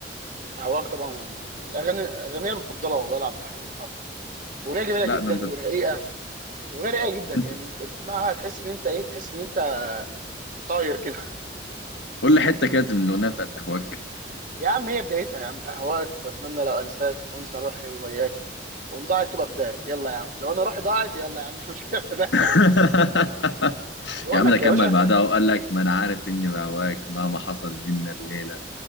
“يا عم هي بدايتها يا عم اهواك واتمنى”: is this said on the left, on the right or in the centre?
Right